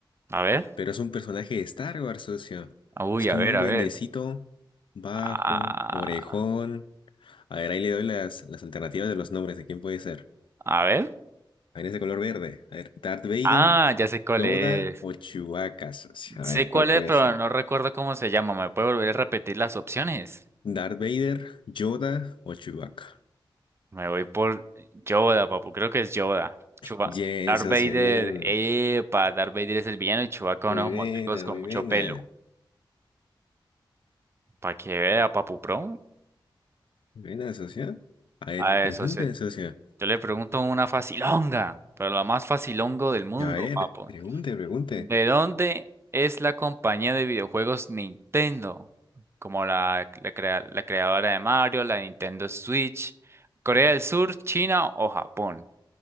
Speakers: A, on the right; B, on the left.
A: A ver.
B: Pero es un personaje de Star Wars, socio.
A: Uy,
B: Es como
A: a ver,
B: un
A: a
B: duendecito
A: ver.
B: bajo,
A: Ah,
B: orejón. A ver, ahí le doy las, las alternativas de los nombres de quién puede ser.
A: a ver.
B: A ver, ese color verde. A ver, Darth Vader,
A: Ah, ya sé cuál
B: Yoda
A: es.
B: o Chewbacca, socio.
A: Sé
B: A ver, ¿cuál
A: cuál
B: puede
A: es, pero
B: ser?
A: no recuerdo cómo se llama. ¿Me puede volver a repetir las opciones?
B: Darth Vader, Yoda o Chewbacca.
A: Me voy por Yoda, papu. Creo que es Yoda. Chuba
B: Bien,
A: Darth
B: socio,
A: Vader.
B: bien.
A: Epa, Darth Vader es el villano y Chewbacca
B: Muy
A: unos
B: buena,
A: monstruos con
B: muy
A: mucho
B: buena.
A: pelo. Para que vea, papu, pro.
B: Muy buena, socio. A ver,
A: A
B: pregunten,
A: eso sí.
B: socio.
A: Yo le pregunto una facilonga, pero la más facilongo del mundo,
B: A ver,
A: papu.
B: pregunte, pregunte.
A: ¿De dónde es la compañía de videojuegos Nintendo? Como la, la, crea- la creadora de Mario, la Nintendo Switch. ¿Corea del Sur, China o Japón?